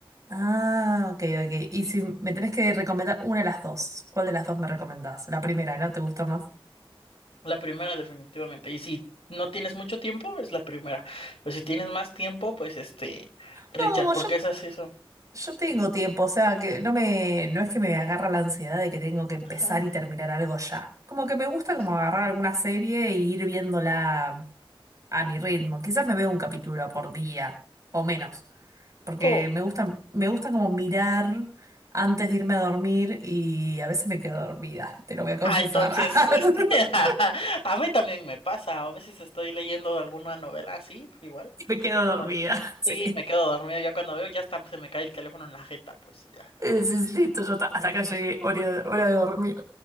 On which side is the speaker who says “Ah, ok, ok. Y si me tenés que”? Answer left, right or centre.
Right